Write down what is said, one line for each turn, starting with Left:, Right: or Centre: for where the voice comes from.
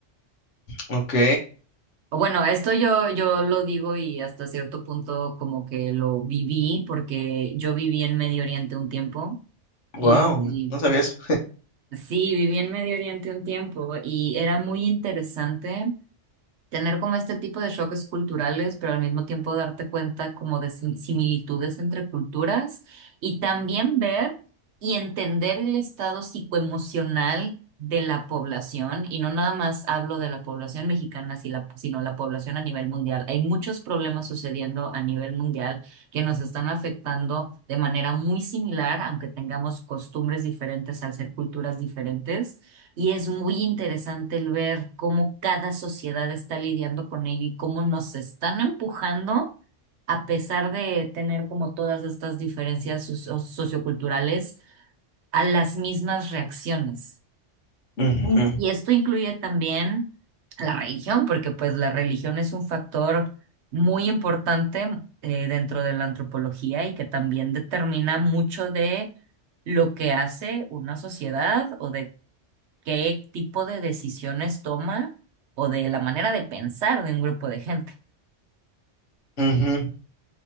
Left: Ok.
Right: Bueno, esto yo, yo lo digo y hasta cierto punto como que lo viví porque yo viví en Medio Oriente un tiempo
Left: Wow,
Right: y, y
Left: no sabía eso.
Right: sí, viví en Medio Oriente un tiempo y era muy interesante tener como este tipo de choques culturales, pero al mismo tiempo darte cuenta como de sim- similitudes entre culturas y también ver y entender el estado psicoemocional de la población. Y no nada más hablo de la población mexicana, si la- sino la población a nivel mundial. Hay muchos problemas sucediendo a nivel mundial que nos están afectando de manera muy similar, aunque tengamos costumbres diferentes al ser culturas diferentes. Y es muy interesante el ver cómo cada sociedad está lidiando con ello y cómo nos están empujando, a pesar de tener como todas estas diferencias socio- socioculturales, a las mismas reacciones.
Left: Ujú,
Right: Y esto incluye también la religión, porque pues la religión es un factor muy importante eh, dentro de la antropología y que también determina mucho de lo que hace una sociedad o de qué tipo de decisiones toma o de la manera de pensar de un grupo de gente.
Left: ujú.